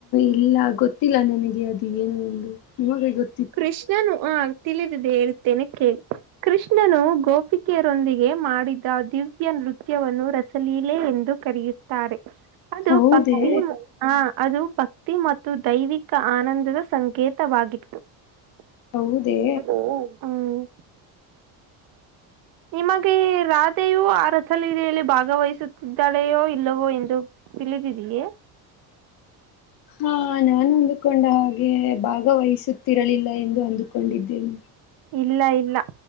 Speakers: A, on the left; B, on the right.
A: ಇಲ್ಲ ಗೊತ್ತಿಲ್ಲ ನನಗೆ ಅದು ಏನು ಎಂದು ನಿಮಗೆ ಗೊತ್ತ
B: ಕೃಷ್ಣನು ಆ ತಿಳಿದಿದೆ ಹೇಳುತ್ತೇನೆ ಕೇಳಿ ಕೃಷ್ಣನು ಗೋಪಿಕೆಯರೊಂದಿಗೆ ಮಾಡಿದ್ದ ದಿವ್ಯನ್ ನೃತ್ಯವನ್ನು ರಸಲೀಲೆ ಎಂದು ಕರೆಯುತ್ತಾರೆ ಅದು
A: ಹೌದೇ
B: ಭಕ್ತಿ ಅದು ಭಕ್ತಿ ಮತ್ತು ದೈವಿಕ ಆನಂದದ ಸಂಕೇತವಾಗಿತ್ತು ಹ್ಮ್
A: ಹೌದೇ
B: ನಿಮಗೆ ರಾಧೆಯೂ ಆ ರಸಲೀಲೆಯಲ್ಲಿ ಭಾಗವಹಿಸುತ್ತಿದ್ದಾಳೆಯೋ ಇಲ್ಲವೋ ಎಂದು ತಿಳಿದಿದೀಯೇ
A: ಹಾ ನಾನು ಅಂದುಕೊಂಡ ಹಾಗೆ ಭಾಗವಹಿಸುತ್ತಿರಲಿಲ್ಲ ಎಂದು ಅಂದು ಹಕೊಂಡಿದ್ದೀನ
B: ಇಲ್ಲ ಇಲ್ಲ